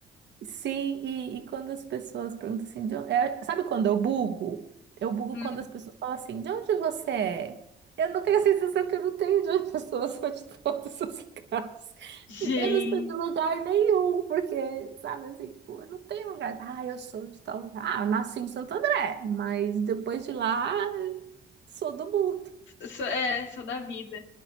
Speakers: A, on the right; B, on the left.
A: Sim, e, e quando as pessoas perguntam assim, de onde... é, sabe quando eu bugo? Eu bugo
B: Hum.
A: quando as pessoas falam assim, de onde você é? Eu não tenho a sensação que eu não tenho de onde as pessoas são de todos os lugares.
B: Gente,
A: Eu não sou de lugar nenhum, porque, sabe, assim, tipo, eu não tenho lugar. Ah, eu sou de tal lugar. Ah, eu nasci em Santo André, mas depois de lá, sou do mundo.
B: sou, é, sou da vida.